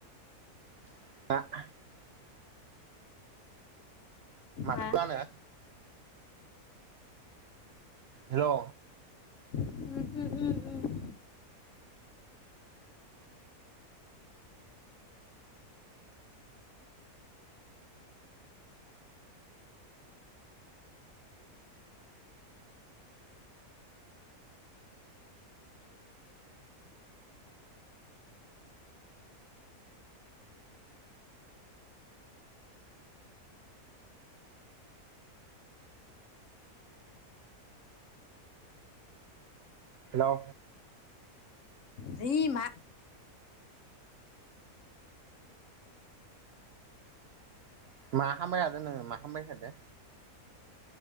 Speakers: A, on the right; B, on the left.
A: <unintelligible> माखौ
B: मा
A: गानो? हेलौ
B: उम उम उम उम
A: हेलौ
B: है मा?
A: मा खालामबायथादो नोङो मा खालामबायथादो?